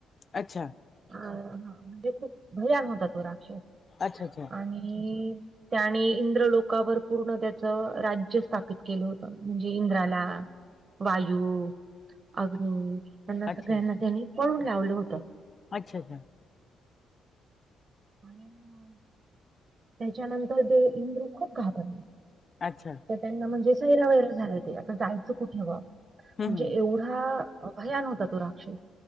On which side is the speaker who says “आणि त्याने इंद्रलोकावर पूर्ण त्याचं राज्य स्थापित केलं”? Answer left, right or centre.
Right